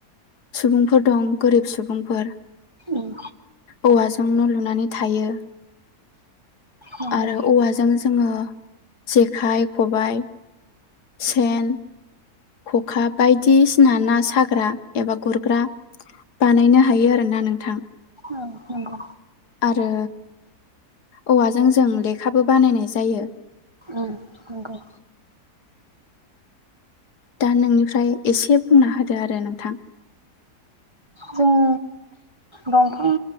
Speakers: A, on the left (about 80°); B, on the right (about 25°).
A: सुबुंफोर दं गोरिब सुबुंफोर
B: उम
A: औवाजों न' लु लुनानै थायो
B: नंगौ
A: आरो औवा जों जो जोङो जेखाइ, खबाइ, सेन खखा बायदिसिना ना साग्रा एबा गुरग्रा बानायनो हायो आरोना नोंथां।
B: औ नंगौ।
A: आरो औवाजों जों लेखाबो बानायनाय जायो‌।
B: उम नंगौ।
A: दा नोंनिफ्राय एसे बुंना होदो आरो नोंथां।
B: जों दंफां